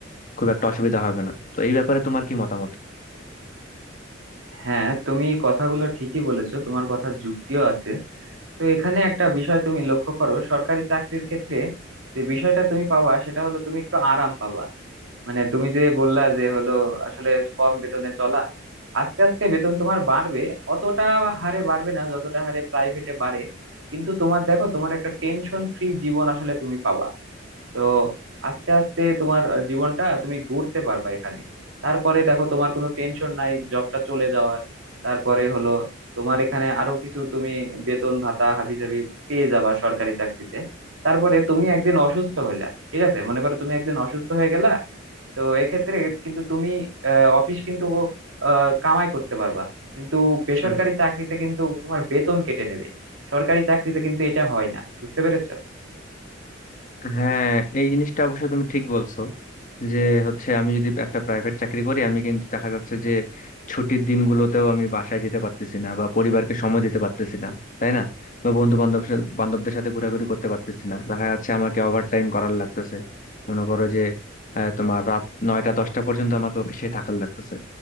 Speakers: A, on the left; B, on the right.
A: খুব একটা অসুবিধা হবে না তো এই ব্যাপারে তোমার কি মতামত
B: হ্যাঁ তুমি কথাগুলো ঠিকই বলেছো তোমার কথা যুক্তিও আছে তো এখানে একটা বিষয় তুমি লক্ষ্য করো সরকারি চাকরির ক্ষেত্রে যে বিষয়টা তুমি পাবা সেটা হলো তুমি একটু আরাম পাবা মানে তুমি যে বললা যে হলো আসলে কম বেতনে চলা আস্তে আস্তে বেতন তোমার বাড়বে অতটা হারে বাড়বে না যতটা হারে প্রাইভেটে বাড়ে কিন্তু তোমার দেখো তোমার একটা টেনশন ফ্রি জীবন আসলে তুমি পাবা তো আস্তে আস্তে তোমার জীবনটা তুমি গড়তে পারবা এখানে তারপরে দেখো তোমার কোনো টেনশন নাই জবটা চলে যাওয়ার তারপরে হলো তোমার এখানে আরো কিছু তুমি বেতন ভাতা হাবিজাবি পেয়ে যাবা সরকারি চাকরিতে তারপরে তুমি একদিন অসুস্থ হইলা ঠিক আছে মনে করো তুমি একদিন অসুস্থ হয়ে গেলা তো এক্ষেত্রে কিন্তু তুমি আহ, অফিস কিন্তু আহ, কামাই করতে পারবা কিন্তু বেসরকারি
A: আচ্ছা,
B: চাকরিতে কিন্তু তোমার বেতন কেটে নেবে সরকারি চাকরিতে কিন্তু এটা হয় না বুঝতে পেরেছো
A: হ্যাঁ এই জিনিসটা অবশ্য তুমি ঠিক বলছো যে হচ্ছে আমি যদি একটা প্রাইভেট চাকরি করি আমি কিন্তু দেখা যাচ্ছে যে ছুটির দিনগুলোতেও আমি বাসায় যেতে পারতেছি না বা পরিবারকে সময় দিতে পারতেছি না তাই না বা বন্ধু বান্ধব বান্ধবদের সাথে ঘোরাঘুরি করতে পারতেছি না দেখা যাচ্ছে আমাকে ওভার টাইম করার লাগতেছে মনে করো যে আহ, তোমার রাত নয়টা দশটা পর্যন্ত আমাকে অফিসে থাকার লাগতেছে